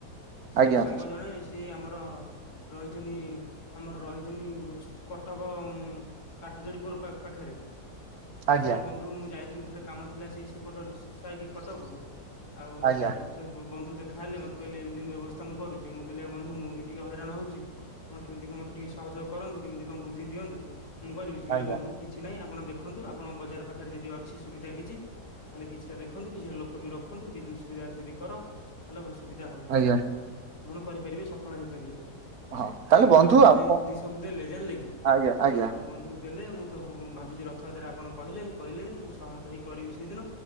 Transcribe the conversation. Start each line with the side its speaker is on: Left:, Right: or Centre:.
Left: ସିଏ
Right: ଆଜ୍ଞା
Left: ସାଙ୍ଗ ଜଣେ ସିଏ ଆମର ରହିଚନ୍ତି ଆମର ରହିଚନ୍ତି କଟକ କାଠଯୋଡିପୁର ପାଖରେ
Right: ଆଜ୍ଞା
Left: ସେ ବନ୍ଧୁ ମୁଁ ଯାଇଥିଲି ଥରେ କାମ ଥିଲା ସେଇ ସେ ସେପଟ ସାଇଟି କଟକ କୁ ଆଉ
Right: ଆଜ୍ଞା
Left: ସେପଟେ ସେ ବନ୍ଧୁ ଦେ ଖାଇଲେ ମତେ କହିଲେ ଏମତି ଏମତି ବ୍ୟବସ୍ଥା ମୁଁ କରୁଚି ମୁଁ କହିଲି ବନ୍ଧୁ ମୁଁ ବି ଟିକେ ହଇରାଣ ହୋଉଚି ଆପଣ କେମତି କଣ ମତେ ଟିକେ ସହ ଯୋଗ କରନ୍ତୁ କେମିତି କଣ ବୁଦ୍ଧି ଦିଅନ୍ତୁ। ମୁଁ କରିବି ସେ କହିଲ
Right: ଆଜ୍ଞା
Left: ବନ୍ଧୁ କିଛି ନାହିଁ ଆପଣ ଦେଖନ୍ତୁ ଆପଣ ବଜାର ପାଖରେ ଯଦି ଅଛି ସୁବିଧା କିଛି ତାହେଲେ କିଛିଟା ଦେଖନ୍ତୁ କିଛିଟା ଲୋକ ବି ର ରଖନ୍ତୁ ବିଦ୍ୟୁତ ସୁବିଧା ଅଛି ଯଦି କର ତାହେଲେ ସୁବିଧା ହବ।
Right: ଆଜ୍ଞା
Left: ଆପଣ କରିପାରିବେ ସଫଳ ହେଇପାରିବେ।
Right: ହଁ
Left: ଆଉ
Right: ତାହେଲେ
Left: ବନ୍ଧୁ ଆପଣ ତ
Right: ଆପ
Left: ଏଇ ବୁଦ୍ଧି ସବୁ ଦେଲେ ଜାଣିଲେ କି
Right: ଆଜ୍ଞା ଆଜ୍ଞା
Left: ଆଉ ବନ୍ଧୁ ଦେଲେ ମୁଁ ତ ଭାବିଚି ରଥଯାତ୍ରା ଆପଣ କହିଲେ କହିଲେଣି ମୁଁ ସହମତ ହେଇ କରିବି ସେଇଦିନ